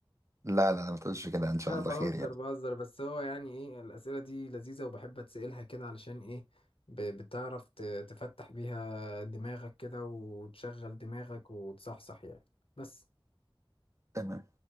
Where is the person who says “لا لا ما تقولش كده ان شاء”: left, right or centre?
Right